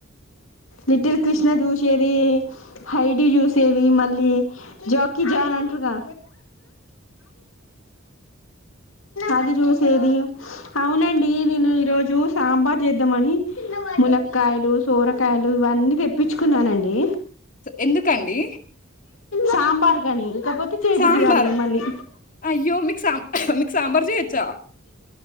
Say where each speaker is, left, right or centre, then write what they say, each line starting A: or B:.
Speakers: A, on the left (about 80°); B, on the left (about 40°).
A: లిటిల్ కృష్ణ చూసేది హైడి చూసేది మళ్ళీ జాకీ జాన్ అంటారుగా అది చూసేది అవునండి నేను ఈరోజు సాంబార్ చేద్దామని ములక్కాయలు సోర కాయలు ఇవన్నీ తెప్పించుకున్నానండి
B: ఎందుకండి
A: సాంబార్ మార్గాని ఇంకా కాపోతే చెయ్య
B: సాంబార్
A: బుద్ధి కాలేదు మళ్లీ
B: అయ్యో మీకు సాం మీకు సాంబార్ చేయొచ్చా